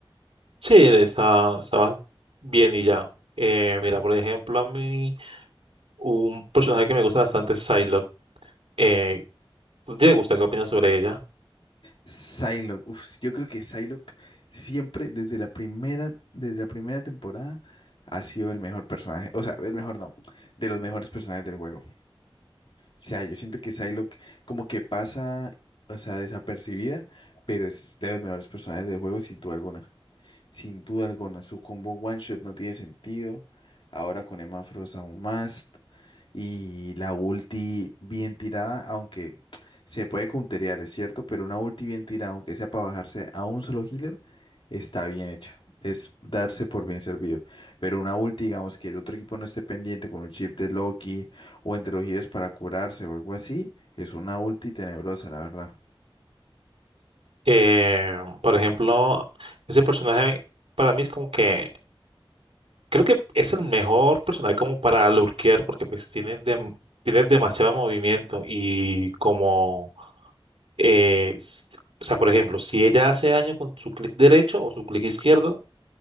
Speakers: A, on the right; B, on the left.
A: Sí, está, estaba bien y ya. Eh, mira, por ejemplo, a mí un personaje que me gusta bastante es Psylocke. Eh, ¿te gusta? ¿Qué opinas sobre ella?
B: Psylocke, uf, yo creo que Psylocke siempre desde la primera, desde la primera temporada ha sido el mejor personaje, o sea, el mejor no, de los mejores personajes del juego. O sea, yo siento que Psylocke como que pasa, o sea, desapercibida, pero es de los mejores personajes del juego sin duda alguna. Sin duda alguna, su combo One Shot no tiene sentido. Ahora con Emma Frost aún más. Y la ulti bien tirada, aunque se puede counterear, es cierto, pero una ulti bien tirada, aunque sea para bajarse a un solo healer, está bien hecha. Es darse por bien servido. Pero una ulti, digamos, que el otro equipo no esté pendiente con un chip de Loki o entre los healers para curarse o algo así, es una ulti tenebrosa, la verdad.
A: Eh, por ejemplo, ese personaje para mí es como que Creo que es el mejor personaje como para lurkear porque pues tiene, dem- tiene demasiado movimiento y como, eh, s- o sea, por ejemplo, si ella hace daño con su clic derecho o su clic izquierdo,